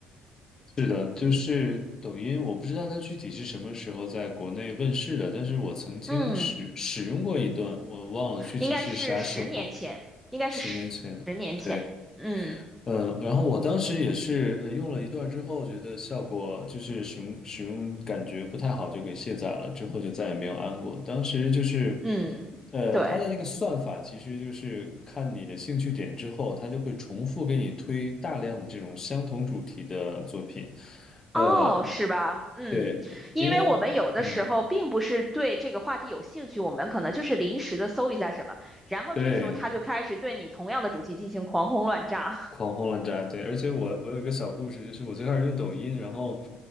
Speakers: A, on the left (about 25°); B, in the centre.
A: 是的，就是抖音，我不知道它具体是什么时候在国内问世的，但是我曾经使使用过一段，
B: 嗯，
A: 我忘了具体是啥时候，
B: 应该是十年前，应该是十十年前，
A: 十年前。对。
B: 嗯。
A: 嗯，然后我当时也是呃用了一段儿之后，觉得效果就是使用使用感觉不太好，就给卸载了，之后就再也没有安过。当时就是，
B: 嗯，
A: 呃，
B: 对，
A: 它的那个算法其实就是看你的兴趣点之后，它就会重复给你推大量的这种相同主题的作品。呃，
B: 哦，是吧？嗯，
A: 对，
B: 因为我们有的时候并不是对这个话题有兴趣，
A: 因为，嗯，
B: 我们可能就是临时的搜一下什么，然后这时候他就开始对你同样的主题进行狂轰乱炸。
A: 对。
B: <laughs>
A: 狂轰滥炸，对，而且我我有一个小故事，就是我最开始用抖音，然后，